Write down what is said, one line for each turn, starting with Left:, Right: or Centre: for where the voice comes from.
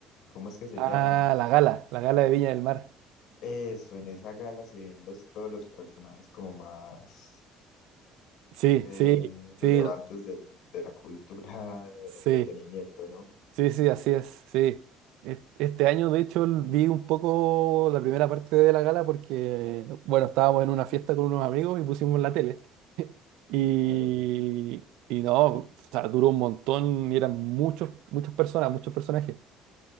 Left: ¿cómo es que se
Right: Ah,
Left: llama?
Right: la gala, la gala de Viña del Mar.
Left: Eso, en esa gala se ven los, todos los personajes como más
Right: Sí,
Left: eh,
Right: sí, sí,
Left: relevantes del- de la cultura, <laughs> del
Right: sí,
Left: entretenimiento, ¿no?
Right: sí, sí, así es, sí. Es- Este año, de hecho, l- vi un poco la primera parte de la gala porque, bueno, estábamos en una fiesta con unos amigos y pusimos la tele. <laughs> Y,
Left: Claro, me
Right: y no, o sea, duró un montón y eran muchos, muchas personas, muchos personajes.